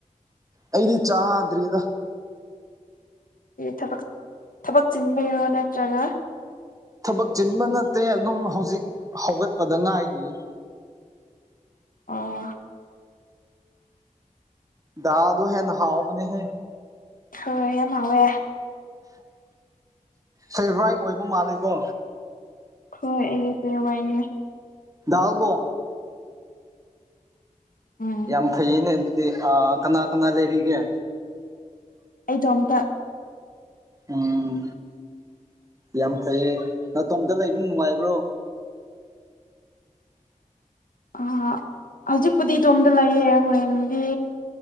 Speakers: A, on the right; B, on the left.
A: ꯑꯩꯗꯤ ꯆꯥꯗ꯭ꯔꯔꯤꯗ
B: ꯊꯕꯛ ꯊꯕꯛ ꯆꯤꯟꯕꯤꯔꯣ ꯅꯠꯇ꯭ꯔꯒ
A: ꯊꯕꯛ ꯆꯤꯟꯕ ꯅꯠꯇꯦ ꯑꯗꯨꯝ ꯍꯧꯖꯤꯛ ꯍꯧꯒꯠꯄꯗ ꯉꯥꯏꯔꯤ
B: ꯑꯣ
A: ꯍꯗꯣ ꯍꯦ ꯅꯍꯥꯎꯕꯅꯦꯍꯦ
B: ꯍꯣꯏ ꯌꯥꯝ ꯍꯥꯎꯋꯦ
A: ꯐꯦꯕ꯭ꯔꯥꯏ ꯑꯣꯏꯕ ꯃꯥꯜꯂꯤꯦꯀꯣ
B: ꯍꯣꯏ ꯑꯩꯗꯤ ꯀꯩ ꯋꯥꯏꯅꯦ
A: ꯎꯕꯣ
B: ꯎꯝ
A: ꯌꯥꯝ ꯐꯩꯅꯦ ꯑꯗꯨꯗꯤ ꯀꯅꯥ ꯀꯅꯥ ꯂꯩꯔꯤꯒꯦ
B: ꯑꯩꯗꯣ ꯑꯝꯇ
A: ꯎꯝ ꯌꯥꯝ ꯐꯩꯌꯦ ꯃꯇꯇꯣꯝꯇ ꯂꯩꯕ ꯅꯨꯡꯉꯥꯏꯕ꯭ꯔꯣ
B: ꯑ ꯍꯧꯖꯤꯛꯄꯨꯗꯤ ꯏꯗꯣꯝꯗ ꯂꯩꯌꯦ ꯍꯣꯔꯦꯟꯗꯤ